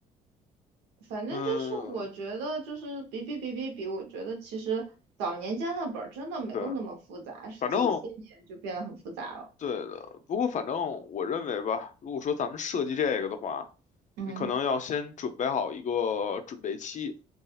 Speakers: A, on the right (about 85°); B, on the left (about 45°).
A: 反正就是我觉得就是比比比比比，
B: 嗯，
A: 我觉得其实早年间的本儿真的没有那么复杂，
B: 对，
A: 是近些年就变得很复杂了。
B: 反正对的。不过反正我认为吧，如果说咱们设计这个的话，
A: 嗯
B: 你可能要先准备好一个准备期，